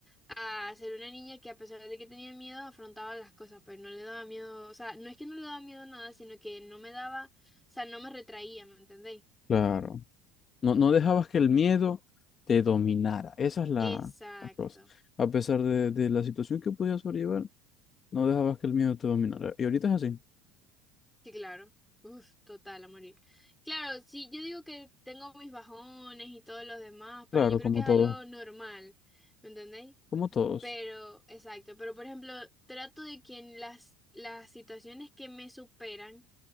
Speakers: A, in the centre; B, on the left.
A: a ser una niña que a pesar de que tenía miedo, afrontaba las cosas, pues no le daba miedo, o sea, no es que no le daba miedo a nada, sino que no me daba, o sea, no me retraía, ¿me entendéis?
B: claro. No, no dejabas que el miedo te dominara. Esa es la,
A: Exacto,
B: la cosa. A pesar de, de la situación que podías sobrellevar, no dejabas que el miedo te dominara. Y ahorita es así.
A: sí, claro. Uf, total, a morir. Claro, sí, yo digo que tengo mis bajones y todo lo demás,
B: Claro,
A: pero yo creo
B: como
A: que es
B: todos.
A: algo normal, ¿me entendéis?
B: Como todos.
A: Pero, exacto, pero por ejemplo, trato de que en las, las situaciones que me superan